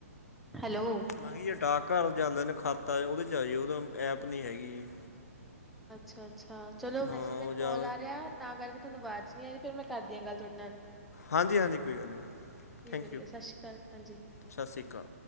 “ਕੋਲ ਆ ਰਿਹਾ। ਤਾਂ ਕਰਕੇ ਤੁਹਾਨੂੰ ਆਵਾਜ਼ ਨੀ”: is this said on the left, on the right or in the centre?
Centre